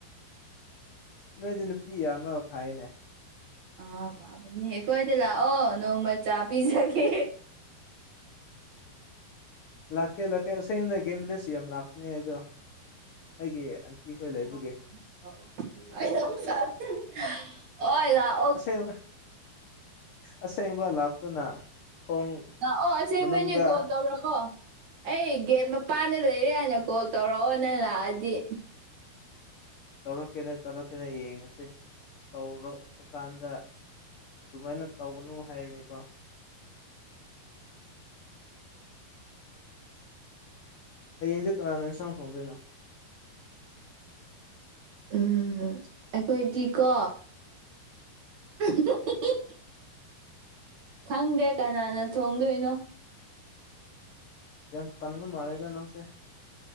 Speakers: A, on the left; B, on the right.
A: ꯅꯣꯏꯗꯤ ꯅꯨꯄꯤ ꯌꯥꯝꯔꯒ ꯐꯩꯌꯦꯅꯦ
B: ꯑꯥ ꯐꯥꯕꯅꯦ ꯑꯈꯣꯏꯗ ꯂꯥꯛꯑꯣ ꯅꯣꯡꯃꯥ ꯆꯥ ꯄꯤꯖꯒꯦ
A: ꯂꯥꯛꯀꯦ ꯂꯥꯛꯀꯦ ꯑꯁꯦꯝꯅꯦ ꯒꯦꯝ ꯕꯤꯂꯦꯖ ꯌꯥꯝ ꯂꯥꯛꯄꯅꯦ ꯑꯗꯣ ꯑꯩꯒꯤ ꯈꯣꯏ ꯂꯩꯕꯒꯤ
B: <unintelligible> ꯑꯣꯏ ꯂꯥꯛ
A: ꯑꯁꯦꯕ ꯑꯁꯦꯡꯕ ꯂꯥꯛꯇꯨꯅ ꯊꯣꯡ
B: ꯂꯥꯛꯑꯣ ꯑꯁꯦꯡꯕꯩꯅꯦ
A: ꯃꯅꯨꯡꯗ
B: ꯀꯣꯜ ꯇꯧꯔꯛꯑꯣ ꯑꯩ ꯒꯦꯠ ꯃꯄꯥꯟꯗ ꯂꯩꯔꯦ ꯍꯥꯏꯅ ꯀꯣꯜ ꯇꯧꯔꯛꯑꯣ ꯅꯪ ꯂꯥꯛꯑꯗꯤ
A: ꯇꯧꯔꯛꯀꯦꯅ ꯇꯧꯔꯛꯀꯦꯅ ꯌꯦꯡꯉꯁꯦ ꯇꯧꯔꯛꯄ ꯀꯥꯟꯗ ꯗꯨꯃꯥꯏꯅ ꯇꯧꯒꯅꯨ ꯍꯥꯏꯔꯅꯤꯀꯣ ꯍꯌꯦꯡꯁꯦ ꯀꯅꯥꯅ ꯏꯟꯁꯥꯡ ꯊꯣꯡꯗꯣꯏꯅꯣ
B: ꯎꯝ ꯑꯩꯈꯣꯏꯗꯤꯀꯣ <unintelligible> ꯈꯪꯗꯦ ꯀꯅꯥꯅ ꯊꯣꯡꯗꯣꯏꯅꯣ
A: ꯌꯥꯝ ꯇꯟꯕ ꯃꯥꯜꯂꯦꯗ ꯅꯪꯁꯦ